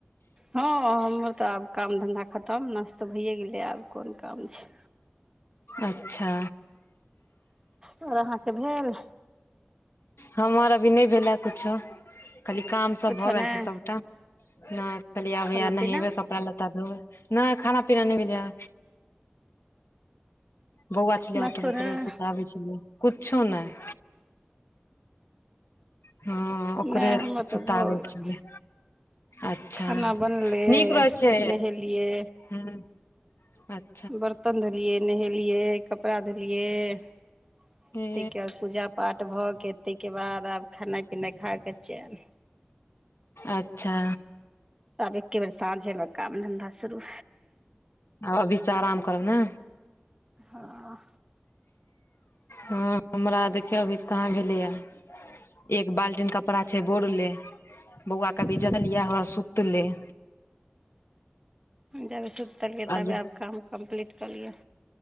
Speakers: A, on the right (about 20°); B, on the left (about 85°).
A: हँ हमर तऽ आब काम धंधा खत्तम, नश्तो भइए गेलैय, आब कोन काम छै?
B: अच्छा।
A: और अहाँ के भेल?
B: हमर अभी नैय भेलै यैऽ कुछो, खाली काम सब
A: किछो
B: भऽ गेल
A: नहि
B: छैय सबटा। कहलियै आब
A: खाना
B: हैया नहेबे
A: पीना
B: कप कपड़ा लत्ता धोबै नहि खाना पीना नहि भैलैये। बौआ छलै
A: नाश्तो
B: उठल ओकरे
A: नहि
B: सुताबै छलियै कुछो नय। हँ ओकरे
A: नहि हमर
B: सुताबै
A: तऽ भऽ गेल
B: छलियै। अच्छा
A: खाना बनलै
B: नीक रहै छैय
A: नहेलियै
B: हूँ अच
A: बरतन धोलियै, नहेलियै, कपड़ा धोलियै। तयके
B: हे
A: बाद पूजा पाठ भ गेल तयके बाद आब खेनाइ पिनाइ खा क चैन।
B: अच्छा।
A: आब एके बेर साँझे में काम धंधा शुरू।
B: आब अभी स आराम करब ने।
A: हं।
B: हँ हमरा देखियौ अभी कहाँ भेलेय ऐ। एक बाल्टीन कपड़ा छय बोरले। बौआ के अभी जगल ये हौउवे सुतलय।
A: जाबे सुतल य ताबे
B: जे
A: आब काम कम्प्लीट क लियऽ।